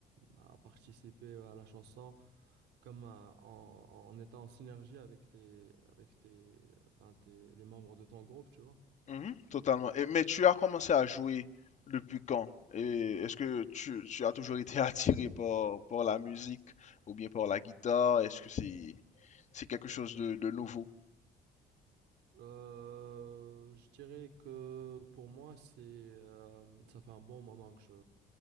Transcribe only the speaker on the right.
à participer à la chanson comme un- en, en étant en synergie avec tes, avec tes, ben, tes- les membres de ton groupe, tu vois.
Euh, je dirais que pour moi, c'est euh, ça fait un bon moment que je